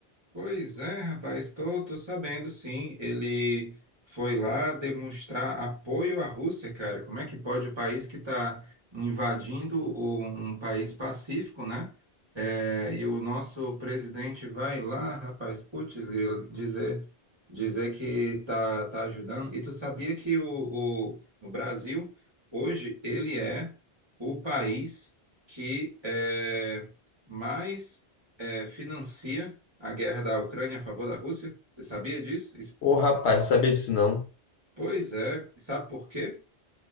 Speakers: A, on the right; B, on the left.
A: Pois é, rapaz, estou tô, tô sabendo sim. Ele foi lá demonstrar apoio à Rússia, cara. Como é que pode o país que está invadindo o- um país pacífico, né? É, e o nosso presidente vai lá, rapaz, putz, grila, dizer, dizer que tá, tá ajudando. E tu sabia que o, o, o Brasil, hoje, ele é o país que é, mais é, financia a guerra da Ucrânia a favor da Rússia? Você sabia disso? Isso-
B: Ô, rapaz, não sabia disso não.
A: Pois é. Sabe por quê?